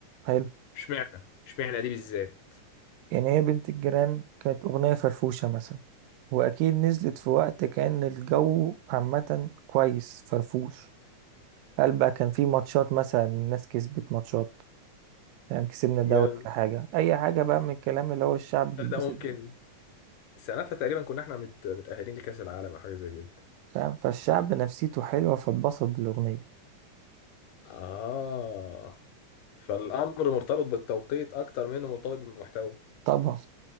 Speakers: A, on the right (about 85°); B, on the left (about 80°).
A: حلو
B: اشمعنى اشمعنى دي بالذات
A: يعني هي بنت الجيران كانت أغنية فرفوشة مثلا وأكيد نزلت في وقت كان الجو عامة كويس فرفوش هل بقى كان في ماتشات مثلا الناس كسبت ماتشات فاهم كسبنا
B: جامد
A: دوري ولا حاجة أي حاجة بقى من الكلام اللي هو الشعب بيتبسط
B: فده ممكن
A: بيه
B: سنتها تقريبا كنا احنا مت... متاهلين لكاس العالم او حاجه زي كده
A: فاهم فالشعب نفسيته حلوة فاتبسط بالأغنية
B: آه فالأمر مرتبط بالتوقيت أكتر منه مرتبط بالمحتوى
A: طبعا